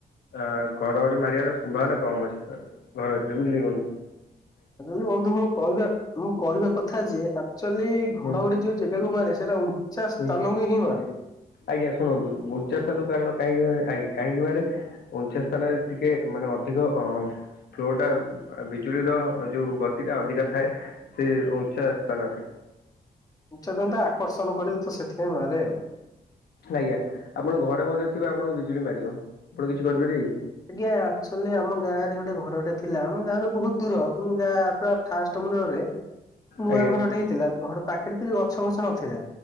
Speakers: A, on the left (about 75°); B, on the left (about 20°).
A: ଆ ଘଡଘଡି ମାରିବାର ସମ୍ଭାବନା କମ ଅଛି ବୁଲି ଗଣ୍ଡୁ <unintelligible>
B: ଲେ ବନ୍ଧୁ ହ କଲ <unintelligible> ମୁଁ କହିବା କଥା ଯେ ଆକ୍ଚୁଆଲି ଘଡଘଡି
A: ହୁଁ
B: ଯୋଉ ଜାଗାକୁ ମାରେ ସେଟା ଉଚ୍ଚା ସ୍ଥାନ
A: ହୁଁ।
B: କୁ ହିଁ ମାଡ଼େ।
A: ଆଜ୍ଞା ଶୁଣନ୍ତୁ ବୁଚା ସଲୁ <unintelligible> କାରଣ କାହିଁକି ମ ଆଜ୍ଞା କାହିଁକି ମାରେ ଉଞ୍ଚା ସ୍ଥାନରେ ଟିକେ ମାନେ ଅଧିକ ଅ ଫ୍ଲୋଟା ବିଜୁଳିର ଯୋଉ ଗତି ଟା ଅଧିକା ଥାଏ। ସେ ଉଞ୍ଚାସ୍ତାନରେ।
B: ଉଞ୍ଚା ସ୍ଥାନ ଆକର୍ଷଣ କରେ ତ ସେଥିପାଇଁ ମାରେ ଆଉ।
A: ଆଜ୍ଞା ଆପଣଙ୍କ ଘରେ ମଧ୍ୟ ଥିବ ଆପଣଙ୍କୁ ବିଜୁଳି ମାରିବ ଆପଣ କିଛି କରିପାରିବେକି।
B: ଆଜ୍ଞା ଆକଚୁଆଲି ଆମ ଗାଁ ରେ ଗୋଟେ ଘରଟେ ଥିଲା ଆମ ଗାଁ ରୁ ବହୁତ ଦୂର କିନ୍ତୁ ଗାଁ ପୁରା ଫାଷ୍ଟ ମୁଣ୍ଡରେ ନୂଆ
A: ଆଜ୍ଞା
B: ଘରଟେ ହେଇଥିଲା ଘଡ ପାଖରେ କିଛି ଗଛ ଫଛ ନଥିଲା।